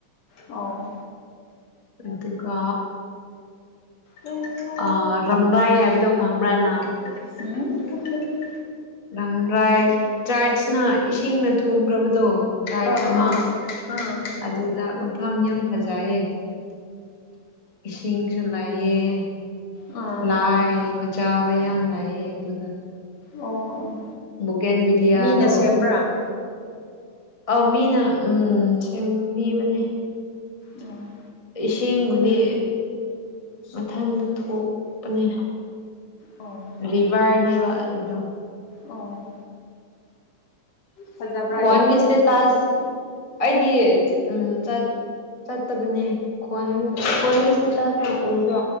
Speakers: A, on the left; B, on the left.
A: ꯑꯣ
B: ꯑꯗꯨꯒꯥ
A: ꯎꯝ ꯍꯨꯝ
B: ꯑꯥ ꯔꯝꯂꯥꯏ ꯍꯥꯏꯕꯗꯣ ꯈꯪꯕ꯭ꯔꯥ ꯅꯪ
A: ꯎꯝꯎꯝ
B: ꯂꯝꯪꯔꯥꯏ ꯆꯔꯆꯅ ꯏꯁꯤꯡꯅ ꯊꯨꯝꯈ꯭ꯔꯕꯗꯣ ꯆꯔꯆ
A: ꯑ ꯑꯥ
B: ꯑꯃ
A: ꯑꯥ ꯑꯥ
B: ꯑꯗꯨꯗ ꯃꯐꯝ ꯌꯥꯝ ꯐꯖꯩꯌꯦ ꯏꯁꯤꯡꯁꯨ ꯂꯥꯏꯑꯦ
A: ꯑꯥ
B: ꯂꯥꯏ ꯆꯥꯕ ꯌꯥꯝ ꯂꯥꯏꯑ ꯑꯗꯨꯗ
A: ꯑꯣ ꯑꯣ
B: ꯕꯨꯒꯦꯟ ꯕꯤꯂꯂꯤꯌꯥ
A: ꯃꯤꯅ
B: ꯑꯗꯣ
A: ꯁꯦꯝꯕ꯭ꯔꯥ
B: ꯑ ꯃꯤꯅ ꯎꯝ ꯁꯦꯝꯕꯤꯕꯅꯦ
A: ꯑꯣ
B: ꯏꯁꯤꯡꯕꯨꯗꯤ ꯃꯊꯟꯇ ꯊꯣꯛꯄꯅꯤ
A: ꯑꯣ
B: ꯔꯤꯕꯥꯅꯤꯕ ꯑꯗꯨꯗ
A: ꯑꯣ ꯐꯖꯕ꯭ꯔꯥ
B: ꯈꯣꯟꯒꯤ
A: ꯌꯥꯝ
B: ꯑꯦꯁꯇ꯭ꯇꯥꯁ ꯑꯩꯗꯤ ꯎꯝ ꯆꯠ ꯆꯠꯇꯕꯅꯦ ꯈꯣꯟ ꯈꯣꯟꯒꯤ ꯏꯁꯇꯦꯇꯁ ꯅꯒ ꯎꯗꯣ